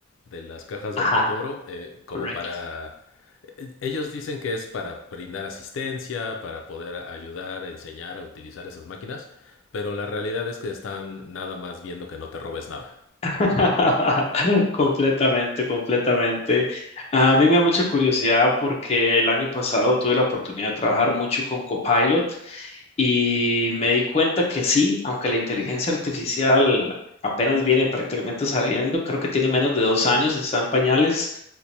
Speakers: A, on the left; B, on the left.
A: de las cajas
B: ajá,
A: de autocobro eh, como
B: correcto.
A: para... eh, Ellos dicen que es para brindar asistencia, para poder ayudar, enseñar a utilizar esas máquinas, pero la realidad es que están nada más viendo que no te robes nada.
B: <laughs> Completamente, completamente. A mí me da mucha curiosidad porque el año pasado tuve la oportunidad de trabajar mucho con Copilot y me di cuenta que sí, aunque la inteligencia artificial apenas viene prácticamente saliendo, creo que tiene menos de dos años, está en pañales.